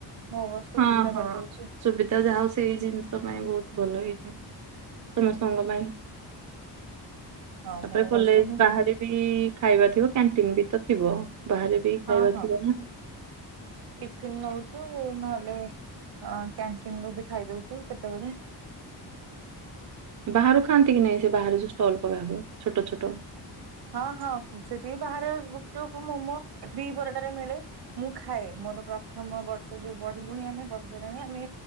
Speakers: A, on the right; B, on the right.
A: ମୋ ବସ୍ ତ
B: ହଁ
A: ସୁବିଧା
B: ହଁ
A: କରିଦଉଚି
B: ସୁବିଧା ଯାହା ହଉ ସେଇ ଜିନିଷ ପାଇଁ ବହୁତ ଭଲ ହେଇଚି ସମସ୍ତଙ୍କ ପାଇଁ।
A: ହଁ
B: ତାପରେ
A: ମୋ
B: କଲେଜ
A: ବସ୍ ରେ ହିଁ ଯିବୁ
B: ବାହାରେ ବି ଖାଇବା ଥିବ କ୍ୟାଣ୍ଟିନ ବି ତ ଥିବ। ବାହାରେ ବି ଖାଇବା
A: ହଁ ହଁ
B: ଥିବ
A: ଟିଫିନ
B: ନା
A: ନଉଚୁ ନ ହେଲେ କ୍ୟାଣ୍ଟିନ ରୁ ବି ଖାଇ ଦଉଚୁ କେତବେଳେ
B: ବାହାରୁ ଖାଆନ୍ତି କି ନାହିଁ ସେ ବାହାରୁ ଯୋଉ ଷ୍ଟଲ ପକାହୁଏ ଛୋଟ ଛୋଟ
A: ହଁ ହଁ ସେଠି ବାହାରେ ଗୁପଚୁପ ମୋମୋ ଦିପହର ଟାରେ ମିଳେ। ମୁଁ ଖାଏ ମୋର ପ୍ରଥମ ବର୍ଷ ଯୋଉ ପଢିଲୁଣି ଆମେ ବର୍ଷେ ହେଲାଣି ଆମେ